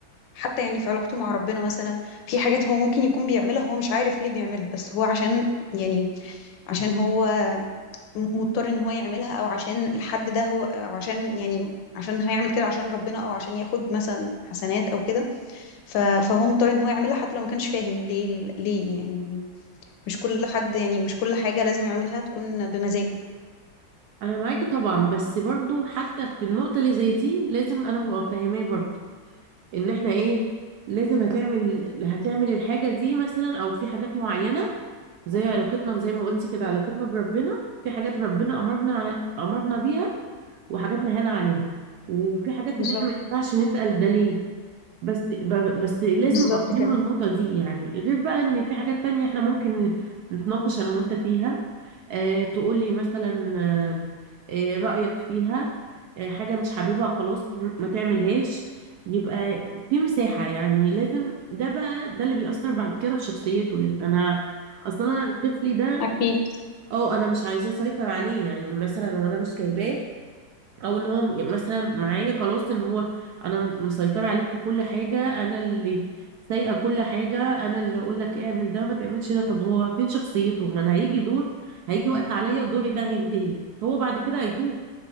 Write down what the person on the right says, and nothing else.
انا معاكي طبعا بس برضو حتى في النقطة اللي زي دي لازم انا ببقى فاهماه برضو ان احنا ايه لازم هتعمل هتعمل الحاجة دي مثلا او في حاجات معينة زي علاقتنا زي ما قلتي كده علاقتنا بربنا في حاجات ربنا امرنا امرنا بيها وحاجات نهانا عنها وفي حاجات
ان احنا ما ينفعش نسأل ده ليه بس ب- بس لازم
افهمه
النقطة دي يعني غير بقى ان في حاجات تانية احنا ممكن نتناقش انا وانت فيها اه تقولي مثلا اه آه، رأيك فيها اه حاجة مش حاببها خلاص م- ما تعملهاش يبقى في مساحة يعني لازم ده بقى ده اللي بيأثر بعد كده في شخصيته يبقى انا اصلا أنا طفلي ده
اه انا مش عايزة اسيطر عليه يعني مثلا وانا مش جايباه او ان هو مثلا معايا خلاص ان هو انا مسيطره عليك في كل حاجه انا اللي سايقه كل حاجه انا اللي اقول لك اعمل ده ما تعملش ده طب هو فين شخصيته ما انا هيجي دور هيجي وقت عليا ودوري ده هينتهي هو بعد كده هيتوه